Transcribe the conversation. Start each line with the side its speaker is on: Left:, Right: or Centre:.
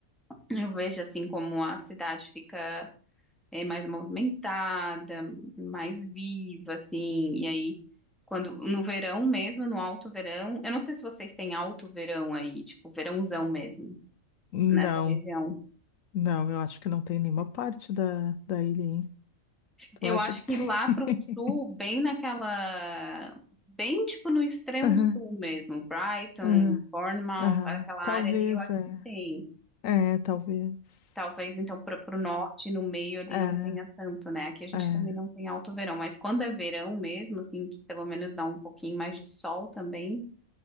Centre: eu vejo, assim, como a cidade fica é, mais movimentada, mais viva, assim, e aí, quando, no verão mesmo, no alto verão, eu não sei se vocês têm alto verão aí, tipo, verãozão mesmo,
Left: Não,
Centre: nessa região.
Left: não, eu acho que não tem nenhuma parte da, da ilha, hein? Tu
Centre: Eu
Left: acha
Centre: acho
Left: que tem?
Centre: que lá
Left: <laughs>
Centre: pro sul, bem naquela. Bem tipo no extremo
Left: Aham,
Centre: sul mesmo, Brighton,
Left: aham,
Centre: Bournemouth,
Left: aham.
Centre: aquela
Left: Talvez,
Centre: área ali, eu acho
Left: é.
Centre: que tem.
Left: É, talvez.
Centre: Talvez então para o norte, no meio ali
Left: É,
Centre: não
Left: é,
Centre: tenha tanto, né? Aqui a gente
Left: é.
Centre: também não tem alto verão, mas quando é verão mesmo, assim, que pelo menos dá um pouquinho mais de sol também,